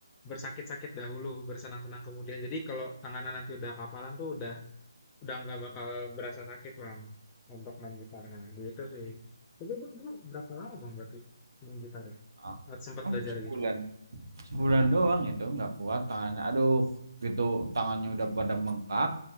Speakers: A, on the left; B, on the right.
A: bersakit-sakit dahulu bersenang-senang kemudian jadi kalau tangannya nanti udah kapalan tuh udah udah nggak bakal berasa sakit bang untuk main gitarnya gitu sih tapi bang dulu berapa lama bang berarti main gitar ya
B: Ah,
A: sempat
B: oh,
A: belajar
B: sebulan.
A: gitu
B: Sebulan doang itu nggak kuat tangannya. Aduh, gitu tangannya udah pada bengkak.